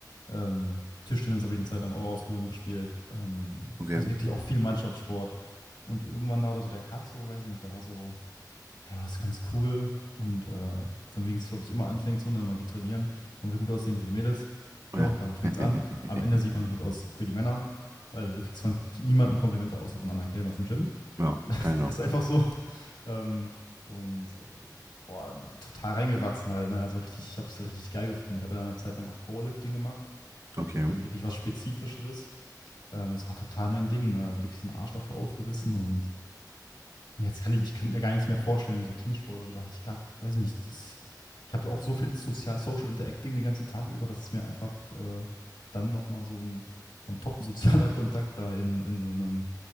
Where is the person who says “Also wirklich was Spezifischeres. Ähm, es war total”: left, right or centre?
Left